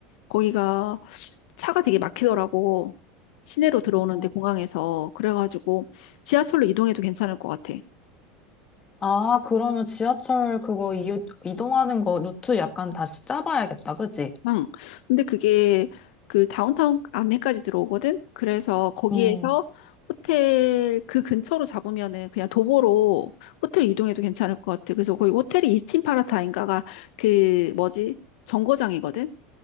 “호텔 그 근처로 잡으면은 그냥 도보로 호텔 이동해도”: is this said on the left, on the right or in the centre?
Left